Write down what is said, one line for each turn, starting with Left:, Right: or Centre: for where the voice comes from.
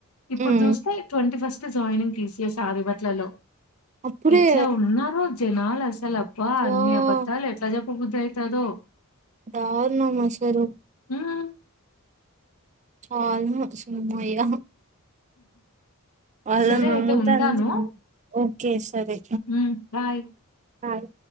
Left: ఇప్పుడు
Right: హ్మ్
Left: చూస్తే twenty first joining T C S ఆదిబట్లలో
Right: అప్పుడే
Left: ఎట్లా ఉన్నారో జనాలు అసలు అబ్ బ
Right: వా
Left: అన్నీ ఆపద్ధాలు ఎట్లా జప్ కుగుదైతదో
Right: దారుణ మాసరూ
Left: హ్మ్
Right: చాల్ ను సుమయ వాళ్ళు
Left: సరే
Right: నమ్ముతాను
Left: అయితే ఉంటాను
Right: ఓకే సరే
Left: హ్మ్ బాయ్
Right: బాయి